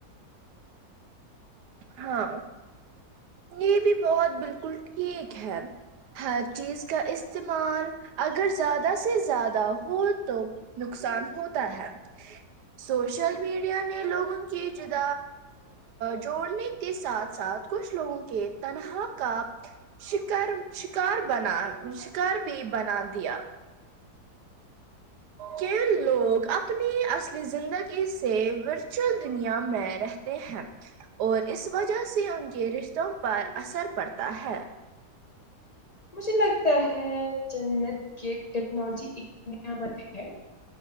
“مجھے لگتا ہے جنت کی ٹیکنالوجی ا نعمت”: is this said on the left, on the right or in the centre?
Left